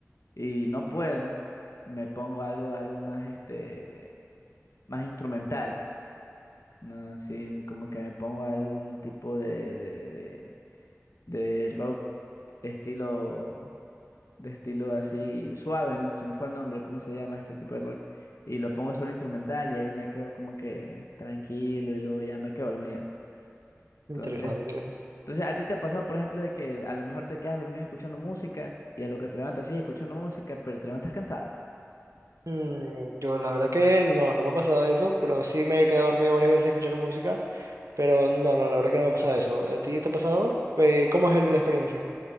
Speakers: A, on the left; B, on the right.
A: y no puedo, me pongo algo, algo más, este, más instrumental No, sí, como que me pongo algún tipo de, de, de, de rock estilo, de estilo así suave, no- se me fue el nombre, ¿cómo se llama este tipo de rock? Y lo pongo solo instrumental y ahí me quedo como que tranquilo y luego ya me quedo dormida. Entonces,
B: Interesante, interesante.
A: entonces ¿a ti te ha pasado, por ejemplo, de que a lo mejor te quedas dormido escuchando música y a lo que te levantas sí escuchando música, pero te levantas cansado?
B: Mm, yo la verdad que no, no me ha pasado eso, pero sí me he quedado dormido varias veces escuchando música, pero no, no, la verdad que no me ha pasado eso. ¿A ti te ha pasado? Eh, ¿cómo es el- la experiencia?